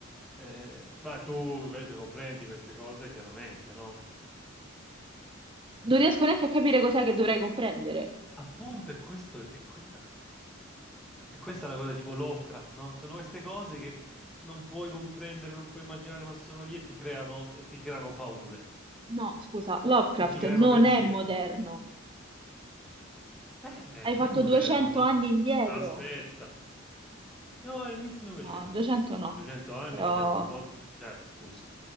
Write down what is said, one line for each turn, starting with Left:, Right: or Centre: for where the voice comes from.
Centre: Eh, ma tu invece comprendi queste cose, chiaramente, no?
Right: Non riesco neanche a capire cos'è che dovrei comprendere.
Centre: Appunto, è questo, è questa la cosa. E questa è la cosa tipo Lovecraft, no? Ci Sono queste cose che non puoi comprendere, non puoi immaginare, ma sono lì e ti creano, e ti creano paure,
Right: No, scusa, Lovecraft
Centre: e ti creano
Right: non
Centre: pensieri.
Right: è moderno.
Centre: Eh,
Right: Hai
Centre: non
Right: fatto
Centre: è moderno,
Right: 200
Centre: ma
Right: anni indietro?
Centre: aspetta. No, inizi Novecento
Right: No, 200
Centre: Lovecraft.
Right: no,
Centre: 200 anni
Right: però
Centre: mi sembra un po'... Cioè, scusi,